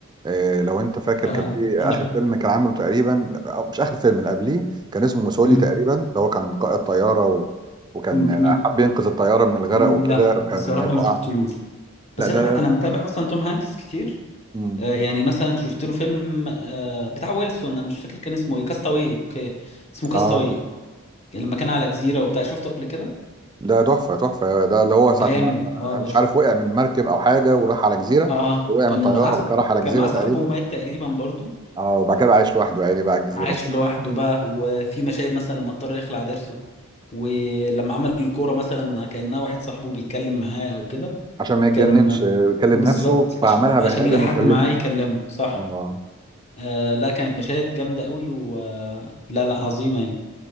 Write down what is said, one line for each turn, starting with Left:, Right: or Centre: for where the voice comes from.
Right: إيه لو انت فاكر
Left: فانا
Right: كان في اخر
Left: ب...
Right: فيلم كان عامله تقريبا أو مش اخر فيلم اللي قبليه كان اسمه موسولي
Left: م...
Right: تقريبا اللي هو كان قائد طياره و... وكان
Left: م...
Right: حب ينقذ الطياره من الغرق
Left: م...
Right: وكده
Left: لا
Right: وكان
Left: بصراحه
Right: من انها تقع
Left: ما شفتوش
Right: لا
Left: بس
Right: ده
Left: انا مح... انا متابع اصلا توم هانكس كتير
Right: مم.
Left: آه، يعني مثلا شفت له فيلم آه، بتاع ويلسون انا مش فاكر كان اسمه ايه كاستاوي اوكي اسمه كاستاوي
Right: اه
Left: لما كان على جزيره وبتاع شفته قبل كده
Right: ده تحفة تحفة ده اللي هو ساعة
Left: جامد
Right: ما
Left: اه
Right: مش
Left: ش...
Right: عارف وقع من مركب أو حاجة وراح على جزيرة
Left: اه آه.
Right: وقع
Left: كان
Right: من طيارة
Left: معاه
Right: وبعد كده راح على
Left: كان
Right: جزيرة
Left: معاه
Right: تقريبا
Left: صاحبه ومات تقريبا برضو
Right: اه وبعد كده بقى عايش لوحده يعني بقى على الجزيرة
Left: عاش
Right: وكده
Left: لوحده بقى وفي مشاهد مثلا لما اضطر يخلع ضرسه ولما عمل الكوره مثلا كانها واحد صاحبه بيتكلم معاه او كده
Right: عشان ما يتجننش
Left: كان
Right: آه، يكلم
Left: بالظبط
Right: نفسه فعملها
Left: عش... عشان
Right: بني آدم
Left: يلاقي حد
Right: يكلمه
Left: معاه يكلمه صح
Right: اه
Left: آه لا كانت مشاهد جامده قوي و آه، لا لا عظيمه يعني